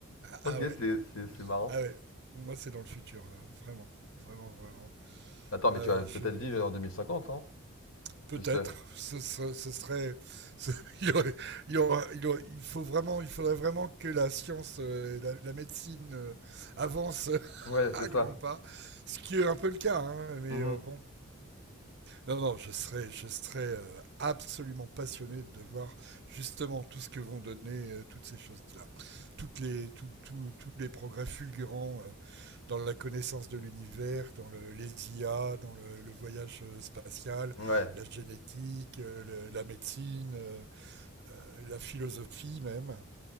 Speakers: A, on the left; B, on the right.
A: Ok,
B: Ah ouais,
A: c'est, c'est, c'est marrant.
B: ah ouais. Moi, c'est dans le futur, euh, vraiment, vraiment, vraiment.
A: Attends, mais
B: Euh,
A: tu vas peut-être
B: je,
A: vivre en deux mille cinquante hein?
B: Peut-être,
A: tu sais
B: ce, ce, ce serait, ce, <laughs> il, y aurait, il, y aura, il, y aura, il, faut vraiment, il faudrait vraiment que la science, euh, la, la, médecine euh, avance <laughs>
A: Ouais. Ouais, c'est
B: à
A: ça.
B: grands pas, ce qui est un peu le cas, hein, mais
A: Mhm.
B: euh, bon, non, non, je serais, je serais euh, absolument passionné de voir justement tout ce que vont donner euh, toutes ces choses-là. Toutes les, tout- tout- tous les progrès fulgurants euh, dans la connaissance de l'univers, dans le- les IA, dans le, le voyage euh, spatial,
A: Ouais.
B: la génétique, euh, le- la médecine, euh, euh, la philosophie même.